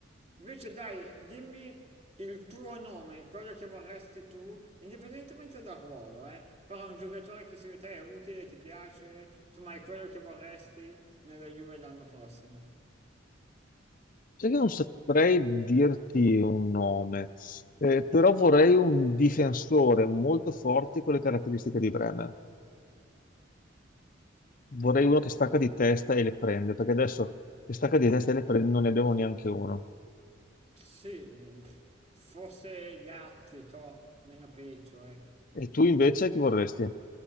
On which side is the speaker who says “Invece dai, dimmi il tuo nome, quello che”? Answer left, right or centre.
Right